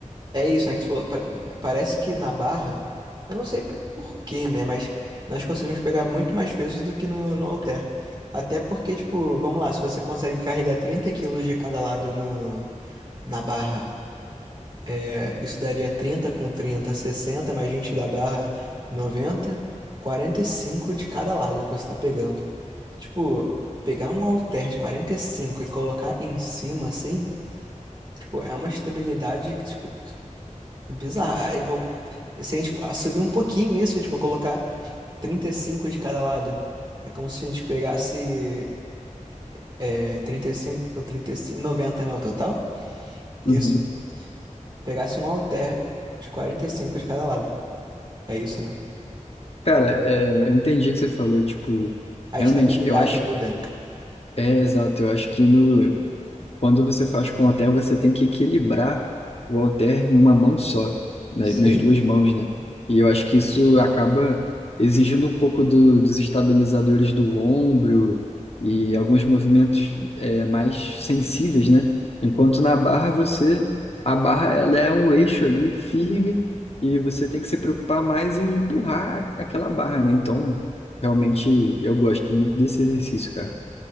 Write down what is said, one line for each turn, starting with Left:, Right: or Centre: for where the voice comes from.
Right: É isso, né, que tu falou. Pa- Parece que na barra, eu não sei por quê, né? Mas nós conseguimos pegar muito mais pesos do que no, no halter. Até porque, tipo, vamos lá, se você consegue carregar 30 quilos de cada lado no, na barra, é, isso daria 30 com 30, 60 mais 20 da barra, noventa, quarenta e cinco de cada lado que você tá pegando. Tipo, pegar um halter de 45 e cinco e colocar em cima, assim, tipo, é uma estabilidade que, tipo, Bizarro. Aí vão... Se a gente subir um pouquinho isso, tipo, colocar 35 de cada lado, é como se a gente pegasse é, 35 com 35 noventa né, o total? Isso.
Left: Uhum.
Right: Pegasse um halter de 45 de cada lado. É isso, né?
Left: Cara, é, eu entendi o que você falou. Tipo,
Right: A
Left: realmente
Right: estabilidade
Left: eu acho
Right: muda.
Left: é exato. Eu acho que no Quando você faz com o halter, você tem que equilibrar o halter em uma mão só, né,
Right: Sim.
Left: nas duas mãos, né? E eu acho que isso acaba exigindo um pouco do- dos estabilizadores do ombro e alguns movimentos é, mais sensíveis, né? Enquanto na barra você, a barra ela é um eixo ali um firme e você tem que se preocupar mais em empurrar aquela barra, né? Então, realmente eu gosto muito desse exercício, cara.